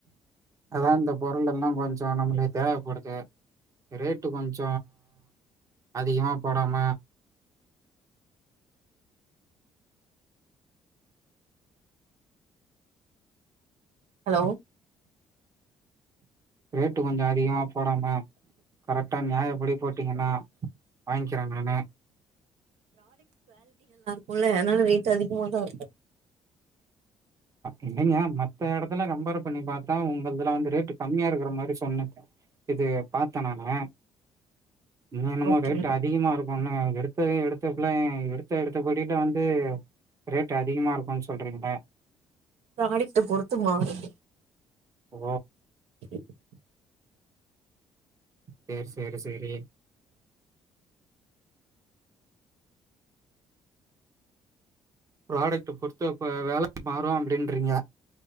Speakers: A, on the right; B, on the right.
A: அதான்ந்த போ <unintelligible> எல்லா கொஞ்சோ நம்ளுக்கு தேவப்படுது. ரேட்டு கொஞ்ச அதிகமா போடாம
B: ஹலோ
A: ரேட்டு கொஞ்சோ அதிகமா போடாம கரெக்டா நியாயப்படி போட்டீங்கன்னா வாங்க்கிறே நானு.
B: குல அத்னால ரேட்டு அதிகமாதா இருக்கு
A: இல்லங்க மத்த எடத்துல கம்பேர் பண்ணி பாத்தா உங்கள்துல வந்து ரேட்டு கம்மியா இருக்கற மாரி சொன்னது இது பாத்த நானு. இங்க என்னமோ
B: ஓகே
A: ரேட் அதிகமா இருக்குன்னு எடுத்ததே எடுத்தக்ல்லாம் எடுத் எடுத்தா எடுத்தபடியில வந்து ரேட் அதிகமா இருக்குன்னு சொல்றீங்கள
B: ப்ராடக்ட்ட பொறுத்து மாறும்.
A: ஓ
B: <inaudible>
A: சேரி சேரி சேரி ப்ராடக்ட்ட பொறுத்து அப்ப வேல மாறும் அப்டின்றீங்க.